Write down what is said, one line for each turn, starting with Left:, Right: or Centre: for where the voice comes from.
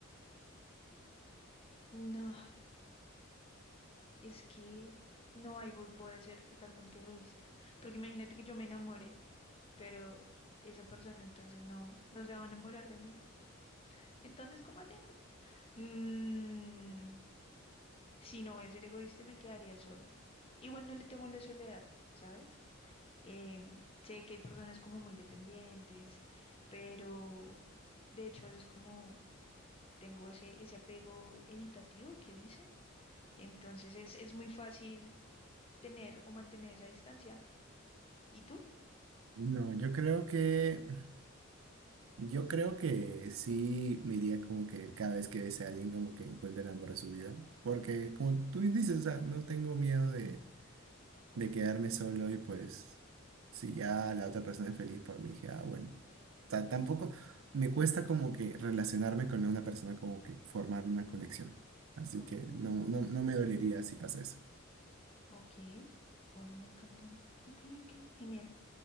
Left: no, es que no, hay voy, voy a ser totalmente egoísta, porque imagínate que yo me enamore, pero esa persona entonces no, no se va a enamorar de mí. Entonces, ¿cómo hacemos? Mm, si no voy a ser egoísta, me quedaría sola. Igual no le temo la soledad, ¿sabes? Em, sé que hay personas como muy dependientes, pero de hecho a veces como tengo ese, ese apego evitativo que dicen, entonces es, es muy fácil tener o mantener esa distancia. ¿Y tú?
Right: No, yo creo que, yo creo que sí me iría como que cada vez que bese a alguien como que encuentre el amor de su vida, porque como tú dices, o sea, no tengo miedo de de quedarme solo y pues si ya la otra persona es feliz por mí, dije, ah, bueno, Ta- tampoco me cuesta como que relacionarme con una persona, como que formar una conexión. Así
Left: Oh,
Right: que no, no, no me dolería si pasa eso.
Left: ok, bueno, me encantó. Ok, ok, genial.